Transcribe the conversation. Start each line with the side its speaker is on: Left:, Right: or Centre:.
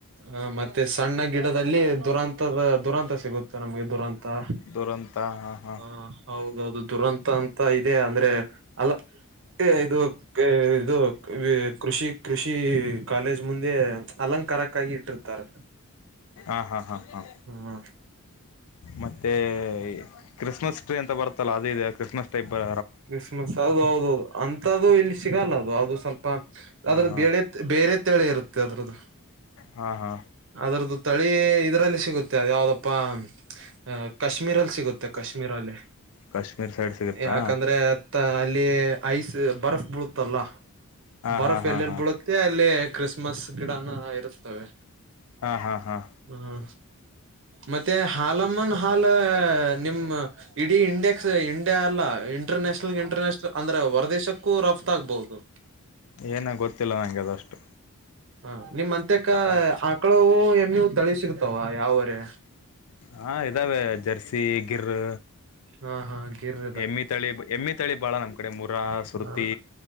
Right: ಹ ಮತ್ತೆ ಸಣ್ಣ ಗಿಡದಲ್ಲಿ ದುರಂತದ ದುರಂತ ಸಿಗುತ್ತೆ ನಮ್ಗೆ ದುರಂತಾ
Left: ದುರಂತ ಹಾ ಹಾ
Right: ಹ ಹೌದೌದು ದುರಂತ ಅಂತ ಇದೆ ಅಂದ್ರೆ ಅಲ್ಲಾ ಇದು <unintelligible> ಇದು ಕೃಷಿ ಕೃಷಿ ಕಾಲೇಜ್ ಮುಂದೆ ಅಲಂಕಾರಕ್ಕಾಗಿ ಇಟ್ಟಿರ್ತಾರೆ
Left: ಹಾ ಹಾ ಹಾ ಹಾ
Right: ಹ್ಮ
Left: ಮತ್ತೆ ಕ್ರಿಸ್ಮಸ್ ಟ್ರೀ ಅಂತ ಬರುತ್ತಲ್ಲ ಅದ ಇದೆಯಾ ಕ್ರಿಸ್ಮಸ್ ಟ್ರೀ ಬರ
Right: ಕ್ರಿಸ್ಮಸ್ ಅದು ಹೌದೌದು ಅಂತದ್ದು ಇಲ್ಲಿ ಸಿಗಲ್ಲ ಅದು ಅದು ಸ್ವಲ್ಪ
Left: ಹಾ
Right: ಆದ್ರ
Left: ಹಾ
Right: ಬೇಳೆ ಬೇರೆ ತಳಿ ಇರುತ್ತೆ ಅದ್ರದ್ದು
Left: ಹಾ ಹಾ
Right: ಅದ್ರದ್ದು ತಳಿ ಇದ್ರಲ್ಲಿ ಸಿಗುತ್ತೆ ಅ ಯಾವ್ದಪ್ಪ ಅ ಕಾಶ್ಮೀರಲ್ಲಿ ಸಿಗುತ್ತೆ ಕಾಶ್ಮೀರಲ್ಲಿ
Left: ಕಾಶ್ಮೀರ್ ಸೈಡ್ ಸಿಗುತ್ತಾ
Right: ಯಾಕ ಅಲ್ಲಿ ಐಸ್ ಬರ್ಫ್ ಬೀಳುತ್ತಲ್ಲ
Left: ಹಾ
Right: ಬರ್ಫ್
Left: ಹಾ ಹಾ
Right: ಎಲ್ಲೆಲ್ಲಿ
Left: ಹಾ
Right: ಬಳುತ್ತ ಮತ್ತೆ ಅಲ್ಲಿ ಕ್ರಿಸ್ಮಸ್ ಗಿಡನ ಇರುತ್ತವೆ
Left: ಹಾಂ ಹಾಂ ಹಾಂ
Right: ಹ್ಮ ಮತ್ತೆ ಹಾಲಮ್ಮನ್ ಹಾಲ ನಿಮ್ಮ್ ಇಡೀ ಇಂಡೆಕ್ಸ್ ಇಂಡ್ಯಾ ಅಲ್ಲ ಇಂಟರ್ನ್ಯಾನಲ್ ಇಂಟರ್ನ್ಯಾನಲ್ ಅಂದ್ರೆ ಹೊರದೇಶಕ್ಕೂ ರಫ್ತ ಆಗ್ಬಹುದು
Left: ಏನ ಗೊತ್ತಿಲ್ಲ ನನಗೆ ಅದಷ್ಟು
Right: ಹ ನಿಮ್ ಅತ್ಯಕ್ಕ
Left: ಆದ್ರೂ
Right: ಆಕಳು ಎಮ್ಮಿ ತಳಿ ಸಿಗತಾವ ಯಾವರೆ
Left: ಹಾ ಇದಾವೆ ಜರ್ಸಿ ಗಿರು
Right: ಹಾ ಹಾ ಗಿರ್
Left: ಎಮ್ಮಿ ತಳಿ ಎಮ್ಮಿ ತಳಿ ಭಾಳ ನಮ್ಮ್ ಕಡೆ ಮುರ ಸುರುತಿ
Right: ಹ